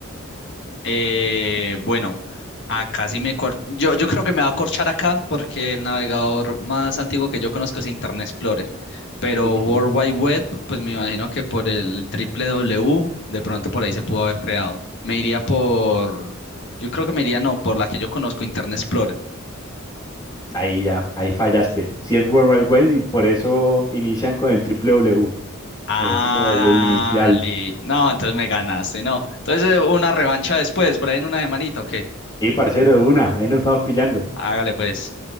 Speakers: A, on the left (about 60°); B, on the left (about 20°).
A: Eh, bueno, acá sí me cor- yo, yo creo que me va a corchar acá porque el navegador más antiguo que yo conozco es Internet Explorer. Pero
B: Ok.
A: World Wide Web, pues me imagino que por el triple W, de pronto por ahí se pudo haber creado. Me iría por, yo creo que me iría no, por la que yo conozco, Internet Explorer.
B: Ahí ya, ahí fallaste. Si es World Wide Web y por eso inician con el triple W,
A: Ah,
B: que fue como el inicial.
A: li- No, entonces me ganaste, no. Entonces eh, una revancha después, por ahí en una semanita, ¿o qué?
B: Y parcero de una, ahí nos estamos pillando.
A: Hágale pues.